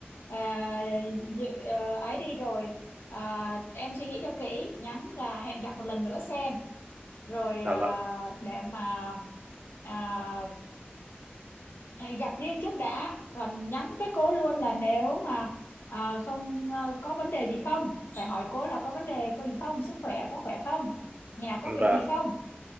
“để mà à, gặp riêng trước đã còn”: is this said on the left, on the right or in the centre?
Left